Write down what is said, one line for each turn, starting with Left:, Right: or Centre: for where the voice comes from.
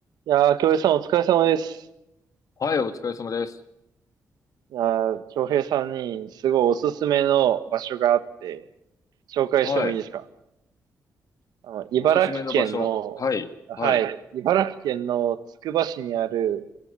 Right: いやー、京平さんお疲れ様です。
Left: はい、お疲れ様です。
Right: いやー、京平さんにすごいおすすめの場所があって、紹介してもいいですか
Left: はい。
Right: あの、茨城県の、
Left: おすすめの場所。はい。
Right: はい、
Left: はい。
Right: 茨城県のつくば市にある、